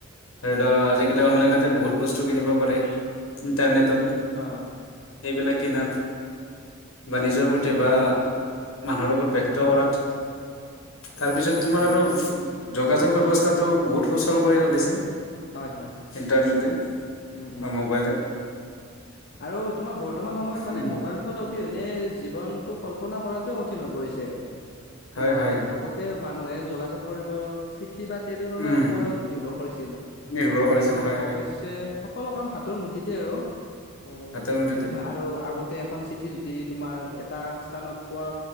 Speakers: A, on the left (about 85°); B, on the left (about 55°).
A: ধৰি লও আজিকালি অনলাইনতে বহুত বস্তু কিনিব পাৰে ইণ্টাৰনেটত
B: উম হয় হয়
A: এইবিলাক কিনাত বা নিজৰ প্ৰতি বা মানুহৰ লগত ব্যক্ত কৰাত তাৰপিছত তোমাৰ
B: উম
A: আৰু যোগাযোগ ব্যৱস্থাটো বহুত সুচল কৰি তুলিছে
B: হয় হয়।
A: ইণ্টাৰনেটে বা
B: উম উম
A: মোবাইলে।
B: আৰু তোমাৰ বৰ্তমান সময়ত মানে
A: উম
B: মোবাইল অবিহনে জীৱনটো কল্পনা কৰাতে কঠিন হৈ পৰিছে।
A: হয়
B: তোমাৰ
A: হয়
B: আগত তে মানুহে যোগাযোগ কৰিব চিঠি বা টেলিফোনৰ
A: উম
B: ওপৰত নিৰ্ভৰ কৰিছিল,
A: নিৰ্ভৰ
B: এতিয়া
A: কৰিছিল
B: তোমাৰ
A: হয়
B: অৱশ
A: হয়
B: তে সকলো কাম হাতৰ মুঠিতে আৰু। অ'
A: হাতৰ মুঠিতে
B: আৰু আগতে এখন চিঠি যদি তোমাৰ এটা স্থানত পোৱা